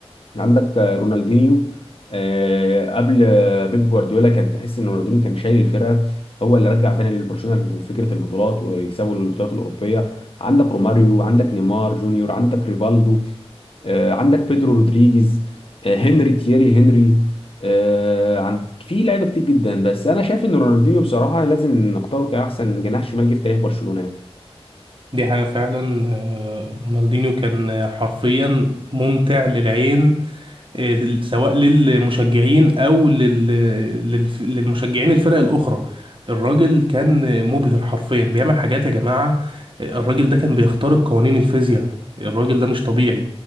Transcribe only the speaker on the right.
دي حاجة فعلا آه، رونالدينيو كان حرفيا ممتع للعين آه، سواء للمشجعين او لل... للف- للمشجعين الفرق الاخرى الراجل كان مبهر حرفيا بيعمل حاجات يا جماعة آه، الراجل ده كان بيخترق قوانين الفيزياء الراجل ده مش طبيعي